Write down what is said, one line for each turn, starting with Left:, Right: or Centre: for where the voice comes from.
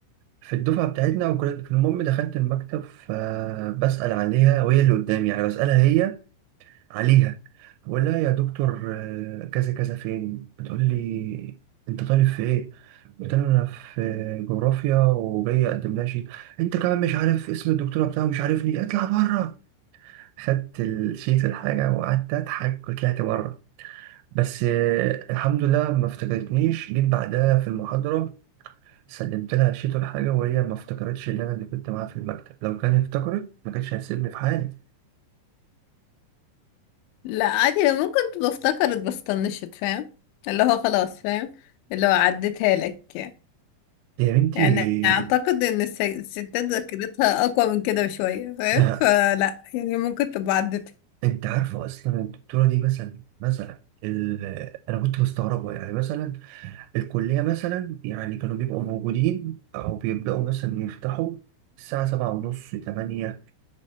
Right: في الدفعة بتاعتنا وكنت المهم دخلت المكتب فبسأل عليها وهي اللي قدامي يعني بسألها هي عليها بقول لها يا دكتور آه، كذا كذا فين بتقول لي انت طالب في ايه قلت لها انا في جغرافيا وجاي اقدم لها شيت انت كمان مش عارف اسم الدكتوره بتاعه مش عارفني اطلع بره خدت الشيت الحاجه وقعدت اضحك وطلعت بره بس آه، الحمد لله ما افتكرتنيش جيت بعدها في المحاضره سلمت لها شيت ولا حاجة وهي ما افتكرتش اللي أنا اللي كنت معاها في المكتب لو كانت افتكرت ما كانتش هتسيبني في حالي
Left: لا عادي هي ممكن تبقى افتكرت بس طنشت فاهم اللي هو خلاص فاهم اللي هو عدتها لك يعني.
Right: يا بنتي
Left: يعني اعتقد ان الس- الستات ذاكرتها اقوى من كده بشوية فاهم
Right: ده
Left: فلا يعني ممكن تبقى عدتها
Right: انت عارفه اصلا الدكتوره دي مثلا مثلا ال... انا كنت مستغربه يعني مثلا الكليه مثلا يعني كانوا بيبقوا موجودين او بيبداوا مثلا يفتحوا الساعه سبعة ونص تمانية